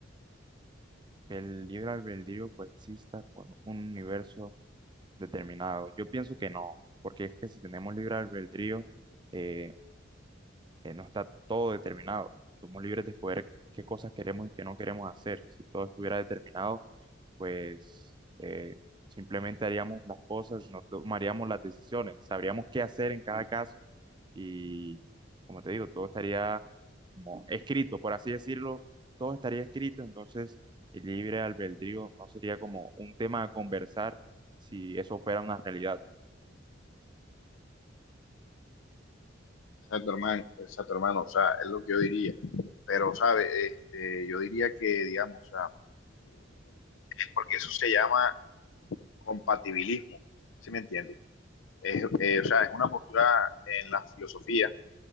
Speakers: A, on the right; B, on the left.
A: que el libre albedrío coexista con un universo determinado. Yo pienso que no, porque es que si tenemos libre albedrío, eh, eh, no está todo determinado. Somos libres de escoger qué cosas queremos y qué no queremos hacer. Si todo estuviera determinado, pues eh, simplemente haríamos las cosas, no tomaríamos las decisiones, sabríamos qué hacer en cada caso y, como te digo, todo estaría como escrito, por así decirlo, todo estaría escrito, entonces el libre albedrío no sería como un tema a conversar si eso fuera una realidad.
B: Exacto, hermano, exacto, hermano, o sea, es lo que yo diría. Pero, ¿sabe? Este, yo diría que, digamos, o sea, es porque eso se llama compatibilismo, ¿sí me entiende? Es, eh, o sea, es una postura en la filosofía